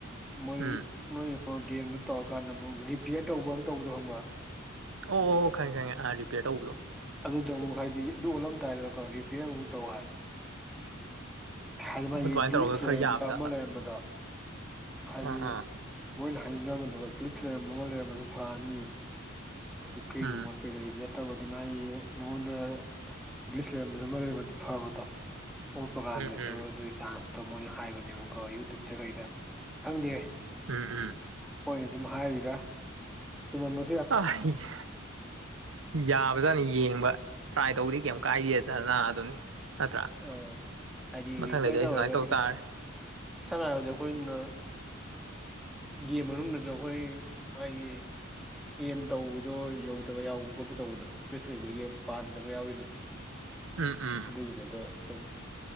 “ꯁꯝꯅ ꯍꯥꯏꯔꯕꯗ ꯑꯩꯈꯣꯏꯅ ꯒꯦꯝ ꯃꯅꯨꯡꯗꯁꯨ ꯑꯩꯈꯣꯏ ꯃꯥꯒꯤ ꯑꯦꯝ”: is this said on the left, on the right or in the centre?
Centre